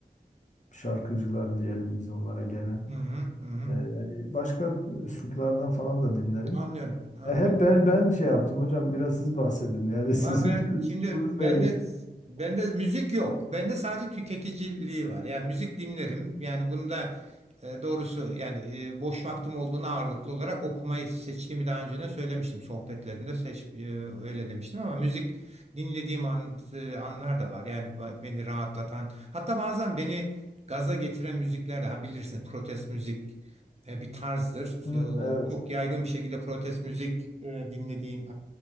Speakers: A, on the left; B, on the right.
A: şarkıcılar diyelim biz onlara gene.
B: Hı hı, hı hı.
A: E, yani başka üsluplardan falan da dinlerim.
B: Anlıyorum, anlıyorum.
A: E, hep ben, ben şey yaptım hocam biraz siz bahsedin yani <laughs> sizin
B: Ha ben
A: üslubunuz
B: şimdi bende
A: nedir?
B: bende müzik yok. Bende sadece tüketiciliği var. Yani müzik dinlerim. Yani bunu da e, doğrusu yani e, boş vaktim olduğunda ağırlıklı olarak okumayı seçtiğimi daha önce de söylemiştim. Sohbetlerimde seç e, öyle demiştim ama müzik dinlediğim an, e, anlar da var. Yani ba- beni rahatlatan hatta bazen beni gaza getiren müzikler de ha bilirsiniz protest müzik e, bir tarzdır.
A: Hmm,
B: E, o
A: evet.
B: Çok yaygın bir şekilde protest müzik e, dinlediğim